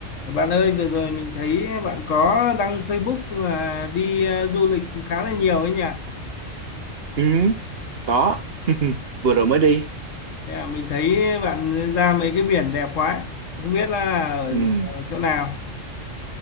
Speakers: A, on the left; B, on the right.
A: Bạn ơi, vừa rồi mình thấy bạn có đăng Facebook là đi ờ, du lịch khá là nhiều ấy nhỉ?
B: Ừ, có. <laughs> Vừa rồi mới đi.
A: Thế à, mình thấy bạn ra mấy cái biển đẹp quá. Không biết là
B: Ừ.
A: ở chỗ nào.